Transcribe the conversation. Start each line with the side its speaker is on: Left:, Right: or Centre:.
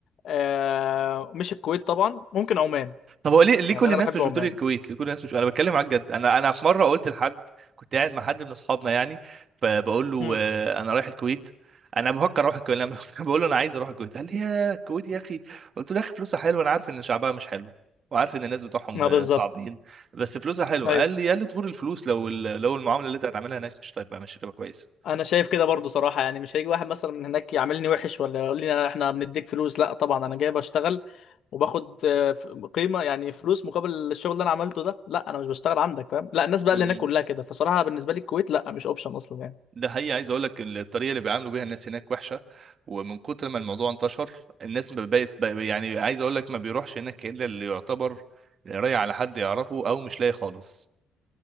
Left: آه، مش الكويت طبعا ممكن عمان
Right: طب هو ليه ليه
Left: يعني
Right: كل
Left: انا
Right: الناس
Left: بحب
Right: مش
Left: عمان
Right: بتقول الكويت ليه كل الناس مش انا بتكلم معاك جد انا انا في مره قلت لحد كنت قاعد مع حد من اصحابنا يعني فبقول له
Left: امم
Right: آه، انا رايح الكويت انا بفكر اروح الكويت لما <laughs> بقول له انا عايز اروح الكويت قال لي يا الكويت يا اخي قلت له يا اخي فلوسها حلوه انا عارف ان شعبها مش حلو وعارف ان الناس بتوعهم
Left: ما
Right: آه،
Left: بالظبط
Right: صعبين بس فلوسها حلوه
Left: ايوه
Right: قال لي قال لي تغور الفلوس لو ال- لو المعامله اللي انت هتعملها هناك مش طيب مش هتبقى كويسه
Left: انا شايف كده برضو صراحه يعني مش هيجي واحد مثلا من هناك يعاملني وحش ولا يقول لي احنا بنديك فلوس لا طبعا انا جاي بشتغل وباخد آه، ف- قيمه يعني فلوس مقابل الشغل اللي انا عملته ده لا انا مش بشتغل عندك فاهم لا الناس بقى
Right: امم
Left: اللي هناك كلها كده فصراحه بالنسبه لي الكويت لا مش اوبشن اصلا يعني
Right: ده حقيقي عايز اقول لك الطريقه اللي بيعاملوا بيها الناس هناك وحشه ومن كتر ما الموضوع انتشر الناس ما بقت بقى- يعني عايز اقول لك ما بيروحش هناك الا اللي يعتبر رايح على حد يعرفه او مش لاقي خالص